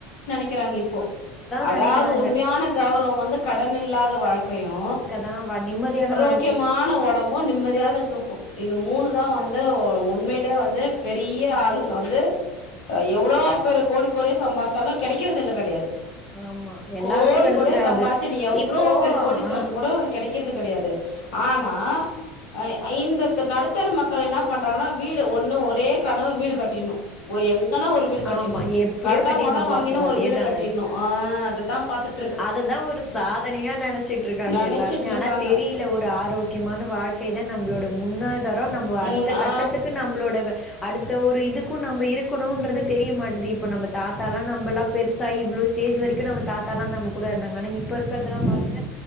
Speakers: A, on the left; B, on the left.
A: நிக்கிறாங்க இப்போ அதாவது
B: நெனைக்கிறாங்க
A: உண்மையான கௌரவம் வந்து கடன் இல்லாத வாழ்க்கையு
B: தா நிம்மதியான வாழ்
A: முக்கியமான உடம்பும் நிம்மதியாத தூக்கும் இந்த மூணு தா வந்து ஒ ஒன்னு உண்மையிலே வந்து பெரிய ஆளுங்க வந்து எவ்வளோ பேர் கோடி கோடியே சம்பாச்சாலு கிடைக்கிறது இல்ல கிடையாது
B: ஆமா எல்லாருக்கு
A: கோடி
B: கெடச்சிராது
A: கோடியா சம்பாச்சு நீ எவ்வளோ
B: இப்போ
A: பெரு கோடிஸ்வரன்னு
B: ஆ
A: கூட கெடைக்கிறது கெடையாது ஆனா அ இந்த நடுத்தர மக்கள் என்ன பண்றாங்கன்னா வீடு ஒன்னு ஒரே கனவு வீடு கட்டிடணு ஒரு எங்கன்னா ஒரு வீடு கட்டிடணும்
B: ஆமா எப்டியோ
A: கட
B: கட்டிட்னோப்பா
A: உட வாங்கினா
B: அதேதா
A: ஒரு வீடு கட்டிட்ணும் அ அததா பாத்துட்
B: அததா ஒரு சாதனையா நெனைச்சிட்டு இருக்காங்க
A: நெனச்சிட்டு
B: எல்லாருமே
A: இருக்காங்க
B: ஆனா தெரியல ஒரு ஆரோக் முக்கியமான வாழ்க்கை தா நம்மளோட முன்னாதரம் நம்ம அடுத்த
A: முன்
B: கட்டத்துக்கு
A: ஆ
B: நம்மளோட அடுத்த ஒரு இதுக்கும் நம்ம இருக்கணும்ன்றது தெரிய மாட்டது இப்ப நம்ம தாத்தாலா நம்மளா பெருசாயி இவ்ளோ ஸ்டேஜ் வரைக்கு நம்ம தாத்தாலா நம்ம கூட இருந்தாங்க ஆனா இப்ப இருக்கறதெல்லா பாருங்க